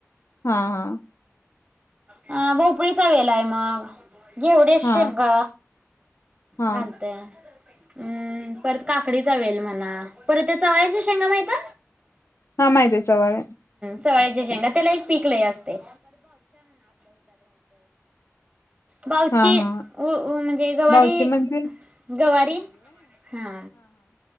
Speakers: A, on the left (about 60°); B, on the right (about 15°).
A: हा हा.
B: अ भोपळीचा वेलाय मग. घेवड्या शेंगा,
A: हा हा
B: घालत. म्म परत काकडी चावेल म्हणा परत त्या चवळ्याच्या शेंगा माहिते?
A: हा माहिते जवळ आहे.
B: चवाळ्याच्या शेंगा त्याला एक पिक लय असतय. बावची
A: हा हा
B: अ अ म्हणजे गवारी
A: बावची म्हणजे
B: गवारी हा.